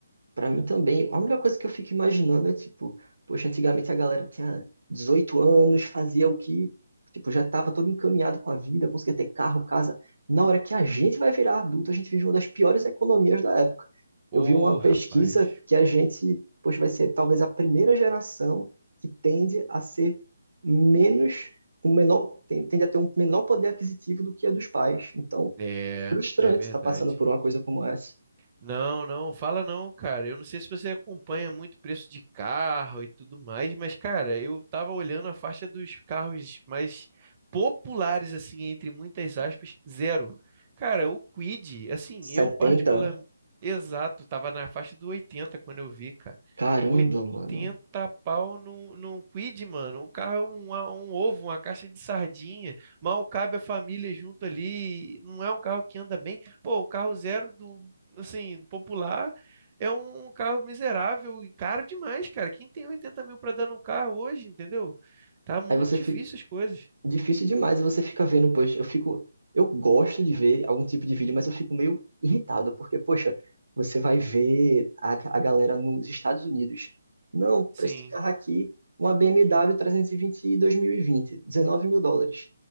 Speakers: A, on the right; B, on the right.
A: Pra mim também, a única coisa que eu fico imaginando é tipo, poxa, antigamente a galera tinha 18 anos, fazia o que, tipo, já estava todo encaminhado com a vida, conseguia ter carro, casa. Na hora que a gente vai virar adulto, a gente vive uma das piores economias da época.
B: Ô,
A: Eu vi uma
B: rapaz,
A: pesquisa que a gente, poxa, vai ser talvez a primeira geração que tende a ser menos, um menor, ten- tende a ter um menor poder aquisitivo do que a dos pais. Então,
B: é,
A: é frustrante
B: é verdade.
A: estar passando por uma coisa como essa.
B: Não, não, fala não, cara. Eu não sei se você acompanha muito preço de carro e tudo mais, mas, cara, eu tava olhando a faixa dos carros mais populares, assim, entre muitas aspas, zero. Cara, o Kwid, assim,
A: setenta
B: eu particular, exato, tava na faixa do 80 quando eu vi, cara.
A: Caramba,
B: 80
A: mano.
B: pau num, num Kwid, mano. O carro é um, a- um ovo, uma caixa de sardinha. Mal cabe a família junto ali. Não é um carro que anda bem. Pô, o carro zero do assim, popular, é um carro miserável e caro demais, cara. Quem tem 80 mil para dar num carro hoje, entendeu? Tá muito
A: Aí você
B: difícil
A: fica.
B: as coisas.
A: Difícil demais, você fica vendo, poxa, eu fico. Eu gosto de ver algum tipo de vídeo, mas eu fico meio irritado, porque, poxa, você vai ver a, a galera nos Estados Unidos. Não, preço
B: Sim,
A: de carro aqui, uma BMW 320 2020, 19 mil e vinte, dezenove mil dólares.